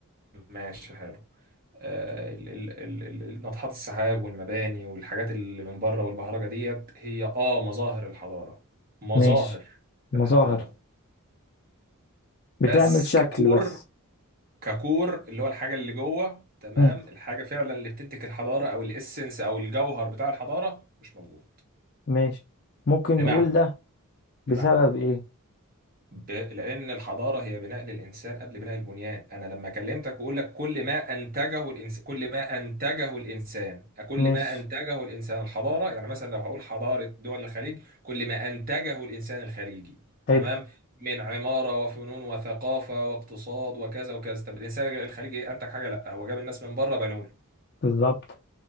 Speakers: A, on the right (about 40°); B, on the left (about 45°).
A: ماشي حلو آه، ال- ال- ال- ال- ال- ناطحات السحاب والمباني والحاجات اللي من بره والبهرجة ديت هي آه مظاهر الحضارة مظاهر
B: ماشي مظاهر
A: الحضارة بس
B: بتعمل شكل
A: ككور
B: بس
A: ككور اللي هو الحاجة اللي جوه تمام
B: مم.
A: الحاجة فعلا اللي بتنتج الحضارة أو الإسنس أو الجوهر بتاع الحضارة مش موجود
B: ماشي ممكن
A: بمعنى
B: نقول ده بسبب
A: بمعنى
B: ايه
A: ب... لأن الحضارة هي بناء للإنسان قبل بناء البنيان أنا لما كلمتك وأقول لك كل ما أنتجه الإنس... كل ما أنتجه الإنسان كل
B: ماشي
A: ما أنتجه الإنسان الحضارة يعني مثلا لو هقول حضارة دول الخليج كل ما أنتجه الإنسان الخليجي
B: حلو
A: تمام من عمارة وفنون وثقافة واقتصاد وكذا وكذا طب الإنسان الخليجي إيه أنتج حاجة لا هو جاب الناس من بره بنوا له.
B: بالظبط